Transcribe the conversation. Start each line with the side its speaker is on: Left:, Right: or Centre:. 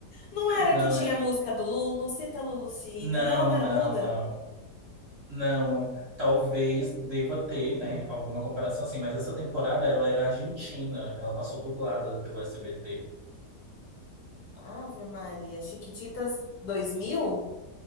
Left: Não era
Right: Não,
Left: que tinha
Right: é.
Left: a música do Lulucita, Lulucita?
Right: Não,
Left: Não, ela não era
Right: não,
Left: muda?
Right: não. Não, talvez deva ter, né, alguma comparação assim, mas essa temporada ela era argentina, ela passou dublada pelo SBT.
Left: Ave Maria. Chiquititas 2000?